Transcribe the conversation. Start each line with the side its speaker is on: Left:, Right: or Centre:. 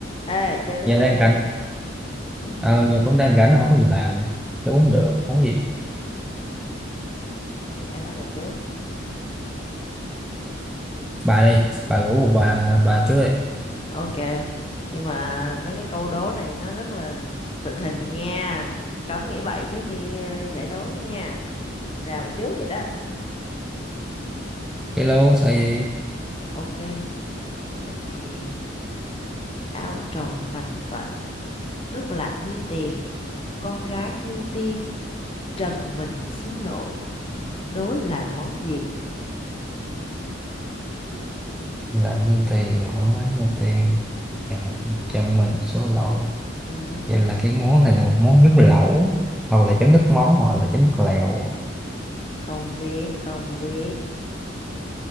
Left: Ê, chơi đó
Centre: giờ
Left: vui
Centre: đang
Left: không?
Centre: rảnh
Left: <laughs>
Centre: ờ giờ cũng đang rảnh không có gì làm tôi uống được không gì
Left: Vậy ai bắt đầu trước?
Centre: bà đi bà rủ bà bà trước đi
Left: Ok, nhưng mà mấy cái câu đố này nó rất là tượng hình nha. Cấm nghĩ bậy trước khi ờ, giải đố nha. Rào trước vậy đó.
Centre: đi luôn sợ gì
Left: Ok, vậy thì ao tròn vành vạnh, nước lạnh như tiền, con gái như tiên, trần mình xuống lội, đố là món gì?
Centre: lạnh như tiền mà nói như tiền chẳng chẳng mình số lỗi
Left: Ừ,
Centre: vậy là cái món này là một món nhúng lẩu hoặc là chấm nước mắm hoặc là chấm nước lèo
Left: không biết, không biết.